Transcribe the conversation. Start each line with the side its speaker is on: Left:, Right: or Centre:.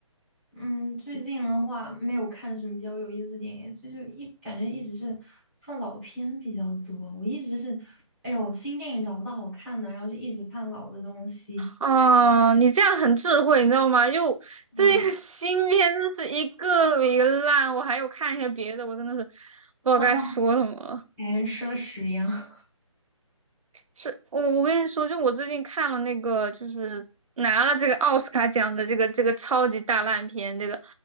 Centre: 嗯，最近的话没有看什么比较有意思的电影，所以就一感觉一直是看老片比较多。我一直是，哎呦，新电影找不到好看的，然后就一直看老的东西
Right: 哦，你这样很智慧，你知道吗？就最近的
Centre: 呀，<laughs>
Right: <laughs> 新片真是一个比一个烂，我还有看一些别的，我真的是不知道该说什么了。
Centre: 哈哈，感觉吃了屎一样 <laughs>
Right: 是我，我跟你说，就我最近看了那个，就是拿了这个奥斯卡奖的这个这个超级大烂片，这个